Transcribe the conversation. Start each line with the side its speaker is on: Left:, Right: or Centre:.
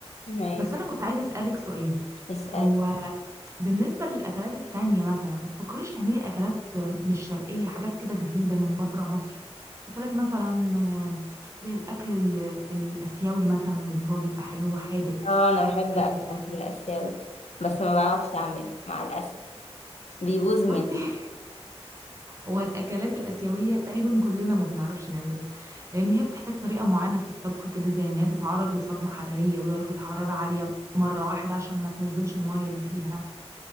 Left: ماشي
Right: بس انا كنت عايزه اسالك سؤال
Left: اسأل
Right: هو بالنسبة للأكلات التانية مثلا ما تفكريش تعملي أكلات مش شرقية حاجات كده جديدة من بره مصر أكلات مثلا آه، زي الأكل ال- الآسيوي مثلا اللي هو بيبقى حلو وحادق
Left: اه انا بحب
Right: آه،
Left: اكل الاكل الاسيوي بس ما بعرفش اعمله مع الاسف بيبوظ مني
Right: بصي <laughs> هو الأكلات الآسيوية تقريبا كلنا ما بنعرفش نعملها لأن هي بتحتاج طريقة معينة في الطبخ كده زي إن هي تتعرض لصدمة حرارية ودرجة حرارة عالية مرة واحدة عشان ما تنزلش المية اللي فيها